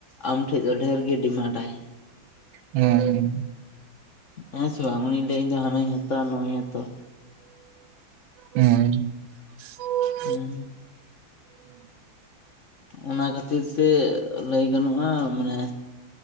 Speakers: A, on the left; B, on the right.
A: ᱟᱢ ᱴᱷᱮᱡ ᱫᱚ ᱰᱷᱮᱨ ᱜᱮ ᱰᱤᱢᱟᱰ ᱟᱭ᱾
B: ᱦᱮᱸ
A: ᱦᱮᱸ ᱥᱮ ᱵᱟᱝ ᱩᱱᱤ ᱞᱟᱹᱭᱟ ᱤᱧ ᱫᱚ ᱦᱟᱱᱟᱧ ᱦᱟᱛᱟᱣᱟ ᱱᱚᱣᱟᱧ ᱦᱟᱛᱟᱣ-ᱟ᱾
B: ᱦᱩᱸ ᱚ <unintelligible>
A: ᱦᱩᱸ ᱚᱱᱟ ᱠᱷᱟᱹᱛᱤᱨ ᱛᱮ ᱞᱟᱹᱭ ᱜᱟᱱᱚᱜ-ᱟ ᱢᱟᱱᱮ